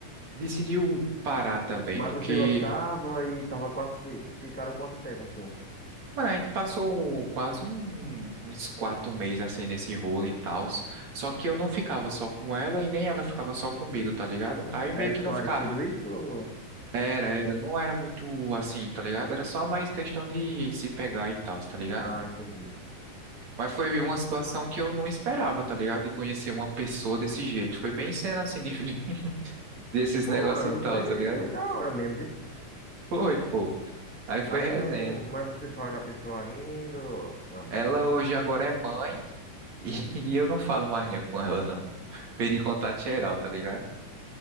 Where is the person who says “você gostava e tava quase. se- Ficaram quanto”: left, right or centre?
Centre